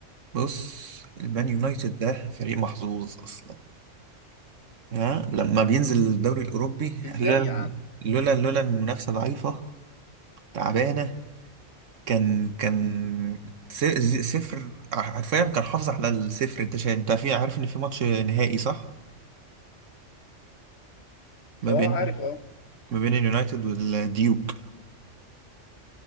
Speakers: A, on the right; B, on the left.
A: بص المان يونايتد ده فريق محظوظ اصلا ها لما بينزل الدوري الاوروبي
B: ازاي
A: لولا
B: يا عم
A: لولا لولا المنافسه ضعيفه تعبانه كان كان
B: مم.
A: س- ز- صفر
B: مم.
A: حرفيا كان حافظ على الصفر انت شا... انت في عارف ان في ماتش نهائي صح ما
B: اه
A: بين
B: عارف اه
A: ما بين اليونايتد والديوك